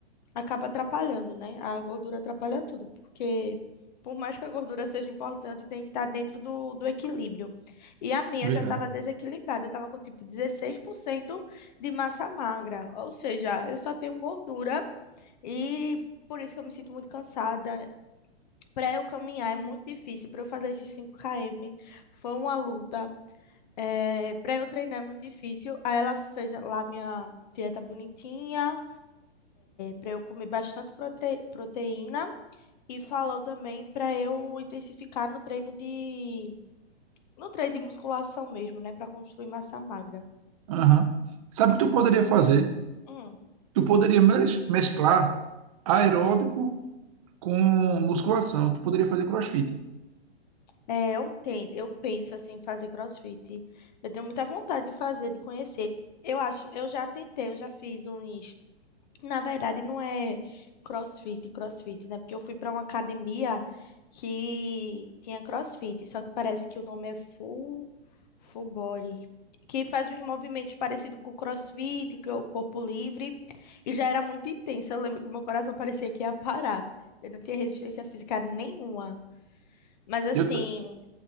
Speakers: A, on the left (about 40°); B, on the right (about 30°).
A: acaba atrapalhando, né? A gordura atrapalha tudo, porque por mais que a gordura seja importante, tem que estar dentro do, do equilíbrio. E a minha
B: verdade.
A: já estava desequilibrada, eu estava com tipo 16% de massa magra, ou seja, eu só tenho gordura e por isso que eu me sinto muito cansada. Para eu caminhar é muito difícil, para eu fazer esses cinco km foi uma luta. É, para eu treinar é muito difícil. Aí ela fez lá minha dieta bonitinha, para eu comer bastante prote- proteína e falou também para eu intensificar no treino de no treino de musculação mesmo, né, para construir massa magra.
B: Aham. Sabe o que tu poderia fazer?
A: Hum.
B: Tu poderia mes- mesclar aeróbico com musculação. Tu poderia fazer CrossFit.
A: É, eu tenho, eu penso assim em fazer CrossFit. Eu tenho muita vontade de fazer, de conhecer. Eu acho, eu já tentei, eu já fiz uns Na verdade, não é CrossFit, CrossFit, né? Porque eu fui para uma academia que tinha CrossFit, só que parece que o nome é Full, full Body, que faz uns movimentos parecidos com o CrossFit, que é o corpo livre, e já era muito intenso. Eu lembro que o meu coração parecia que ia parar. Eu não tinha resistência física nenhuma. Mas assim,
B: Eu, ta-